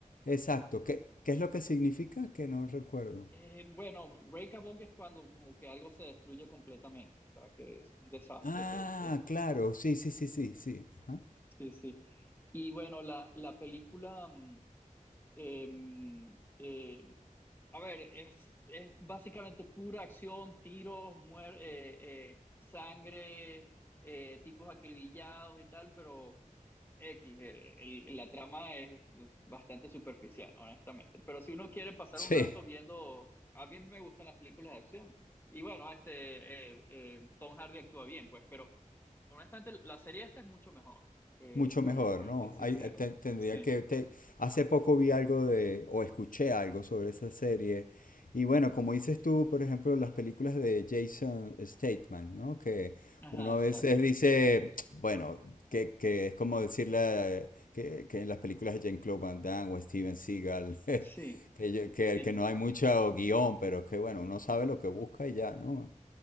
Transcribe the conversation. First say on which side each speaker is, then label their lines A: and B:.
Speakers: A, on the left; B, on the left.
A: Exacto. ¿Qué, qué es lo que significa? Que no recuerdo.
B: Eh, bueno, breakable es cuando como que algo se destruye completamente, o sea, que es un desastre,
A: Ah,
B: que se-
A: claro, sí, sí, sí, sí, sí. Ajá.
B: sí, sí. Y bueno, la, la película, mm, eh, mm, eh, a ver, es, es básicamente pura acción, tiros, muer- eh, eh, sangre, eh, tipos acribillados y tal, pero X, eh, el- la trama es bastante superficial, honestamente. Pero si uno quiere pasar
A: Sí.
B: un rato viendo, a mí me gustan las películas de acción. Y bueno, este, eh, eh, Tom Hardy actúa bien, pues, pero honestamente la serie esta es mucho mejor, eh,
A: Mucho mejor,
B: para, para
A: ¿no?
B: ser sincero.
A: Hay- te- tendría
B: Sí,
A: que... te- hace poco vi algo de, o escuché algo sobre esa serie. Y bueno, como dices tú, por ejemplo, las películas de Jason Statham, ¿no? Que
B: ajá,
A: uno a
B: exacto.
A: veces dice, bueno, que, que es como decirle eh, que, que en las películas de Jean-Claude Van Damme o Steven Seagal, <laughs>
B: Sí,
A: que, yo- que,
B: sí,
A: que no hay mucho guión, pero es que bueno, uno sabe lo que busca y ya, ¿no?